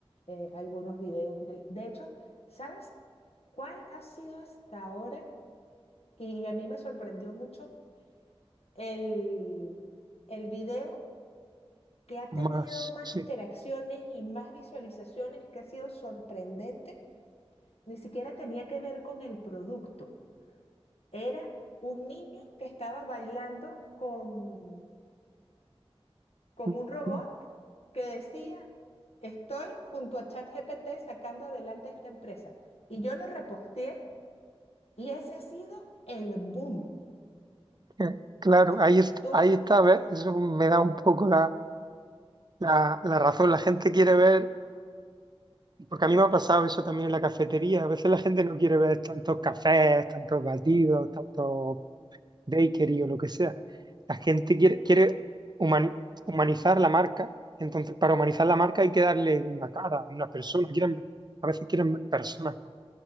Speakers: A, on the left; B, on the right.
A: eh, algunos videos virales. De hecho, ¿sabes cuál ha sido hasta ahora? y y a mí me sorprendió mucho. el, el video que ha tenido
B: más,
A: más
B: sí.
A: interacciones y más visualizaciones, que ha sido sorprendente, ni siquiera tenía que ver con el producto. Era un niño que estaba bailando con, con
B: Mm,
A: un robot
B: mm,
A: que decía, estoy junto a ChatGPT sacando adelante esta empresa. Y yo lo reposteé y ese ha sido el boom.
B: Eh, Claro,
A: O sea,
B: ahí está,
A: tuvo,
B: ahí está, ¿ves? Eso me da un poco la, la, la razón. La gente quiere ver Porque a mí me ha pasado eso también en la cafetería. A veces la gente no quiere ver tantos cafés, tantos batidos, tantos bakery o lo que sea. La gente quiere, quiere humani- humanizar la marca. Entonces, para humanizar la marca hay que darle una cara, una persona. Quieren ver- a veces quieren ver personas,